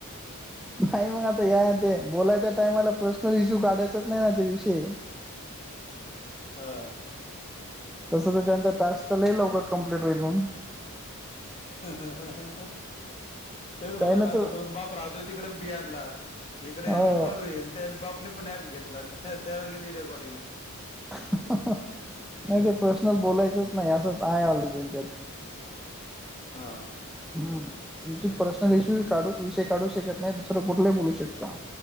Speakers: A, in the centre; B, on the left.
A: नाही मग आता या ते बोलायच्या टाइमला प्रश्न. इश्यू काढायचाच नाही ना, ते विषय?
B: हा.
A: तसं तर त्यांचा टास्क लई लवकर कम्प्लीट होईल मग.
B: ह हं हं ह ह ह. तेच म्हटलं
A: काही
B: ना,
A: तो
B: आता समज, बाप राहतोय तिकडे बिहारला, इकडे
A: हो
B: यांचं चालू आहे. त्या बापाने पण ॲप घेतला, त्याला गेली रेकॉर्डिंग.
A: नाही, ते प्रश्न बोलायचंच नाही असंच आहे, ऑलरेडी त्यात.
B: हा.
A: हम्म, तुम पर्सनल इश्यू काढू, विषय काढू शकत नाही. दुसरं कुठलाही बोलू शकता.